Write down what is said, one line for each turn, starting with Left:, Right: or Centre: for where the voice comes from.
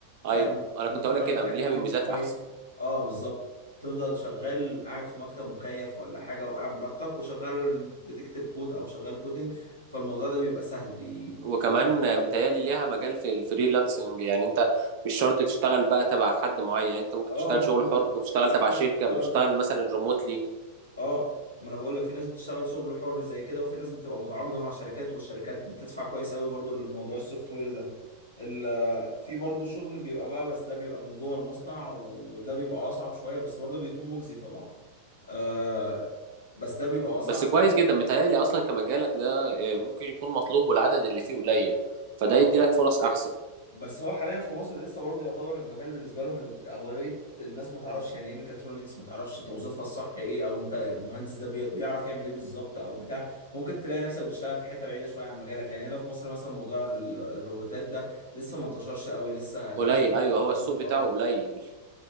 Left: فاهم
Right: أيوه أنا
Left: ممكن
Right: كنت أقولك
Left: تروح
Right: كده
Left: مكان
Right: ليها
Left: فيه
Right: من
Left: نت
Right: ميزات
Left: كويس
Right: أحسن
Left: اه بالظبط تفضل شغال قاعد في مكتب مكيف ولا حاجه وقاعد براحتك وشغال بتكتب كود او شغال كودنج فالموضوع ده بيبقى سهل بي...
Right: وكمان
Left: بي...
Right: متهيألي ليها مجال في الفريلانسنج يعني أنت مش شرط تشتغل بقى تبع حد معين يعني أنت ممكن
Left: اه
Right: تشتغل
Left: ممكن
Right: شغل حر وتشتغل
Left: في
Right: تبع
Left: ناس
Right: شركة
Left: بتشتغل
Right: وتشتغل مثلا ريموتلي
Left: اه ما انا بقول لك في ناس بتشتغل شغل حر زي كده وفي ناس بتبقى متعاقده مع شركات والشركات بتدفع كويس قوي برضو لموضوع السوفت وير ده ال- آه، في برضو شغل بيبقى بقى بس ده بيبقى من جوه المصنع وده بيبقى اصعب شويه بس برضو بيكون مجزي طبعا آه بس ده بيبقى اصعب
Right: بس
Left: شويه
Right: كويس جدا متهيألي أصلا كمجالك ده آه، ممكن يكون مطلوب والعدد اللي فيه قليل فده
Left: اه
Right: يدي لك فرص أحسن
Left: بس هو حاليا في مصر لسه برضه يعتبر المجال بالنسبه لهم إن اغلبيه الناس ما تعرفش يعني ايه ميكاترونكس ما تعرفش توظيفها الصح ايه او انت المهندس ده بي- بيعرف يعمل ايه بالظبط او بتاع ممكن تلاقي نفسك بتشتغل في حته بعيده شويه عن مجالك يعني هنا في مصر مثلا موضوع ال- الروبوتات ده لسه ما انتشرش قوي لسه لسه
Right: قليل ايوه
Left: ما
Right: هو
Left: تعرفوش
Right: السوق بتاعه
Left: اه
Right: قليل